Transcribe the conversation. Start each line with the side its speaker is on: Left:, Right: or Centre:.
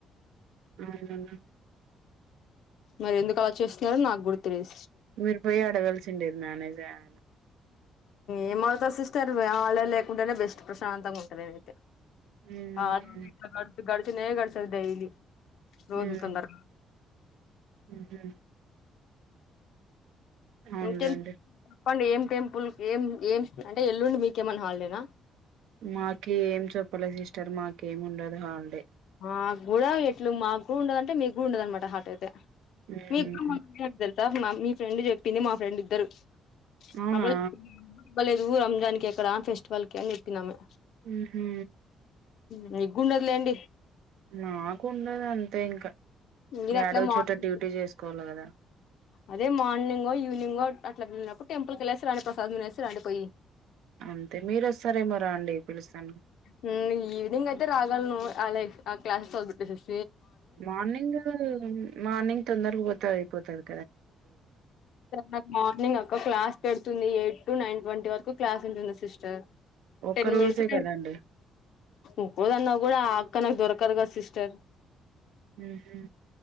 Right: అ <unintelligible>
Left: మరి ఎందుకు అలా చేస్తున్నారుారో నాకు గుడా తెలిదు
Right: మీరు పోయి అడగాల్సి ఉండేది మేనేజర్
Left: ఏమవుతది సిస్టర్ హాలిడే లేకుంటేనే బెస్ట్ ప్రశాంతంగా ఉంటదిమేమైతే
Right: ఉమ్
Left: అది గడుచినే గడ్చాడు డైలీ రోజు
Right: ఉమ్
Left: తొందర
Right: ఉహు అవునులేండి
Left: ఇంకేం చెప్పండి ఏం టెంపుల్ ఏం ఏం అంటే ఎల్లుండి మీకేమన్నా హాలిడేనా
Right: మాకి ఏం చెప్పలే సిస్టర్ మాకేమి ఉండదు హాలిడే
Left: ఆ కూడా ఎట్లు మాకు కూడా ఉండదుంటే మీకు కూడా ఉండద అనమాట హాట్ అయిత
Right: ఉమ్
Left: మీదత <unintelligible> మా మీ ఫ్రెండ్ చెప్పింది మా ఫ్రెండ్ ఇద్దరు
Right: అవునా
Left: అప్పుడ <unintelligible> రంజానికి ఎక్కడ ఫెస్టివల్ కి అని చెప్పిందమే
Right: ఉహు
Left: న గుండదూలెండి
Right: మాకుండదు అంత అ ఇంకా
Left: మీరు అట్లే
Right: ఏడో
Left: మార్నింగ్
Right: చోట డ్యూటీ చేసుకోవాలి కదా
Left: అదే మార్నింగో ఈవినింగో అట్లా వెళ్ళినప్పుడు టెంపుల్కి వెళ్ళేసి రండి ప్రసాదం తీనేసి రండి పోయి
Right: అంతే మీరు వస్తారేమో రండి పిలుస్తాను
Left: హ్మ్మ్ ఈవినింగ్ అయితే రాగలను అలా ఆ్లాెస్గట్ స సిస్
Right: మార్నింగ్ మార్నింగ్ తొందరగా పోతే అయిపోతాది
Left: నాకు మార్నింగ్ అక్క క్లాస్ పెడుతుంది ఎయిట్ టూ నైన్ ట్వంటీ వరకు క్లాస్ ఉంటుంది. సిస్టర్
Right: ఒక్క
Left: టెన్
Right: రోజే
Left: మినేట్స్
Right: కదండి
Left: ఉప్పదన్నా కూడా ఆ అ క్కనకు దొరకదు గ సిస్టర్
Right: ఊహుం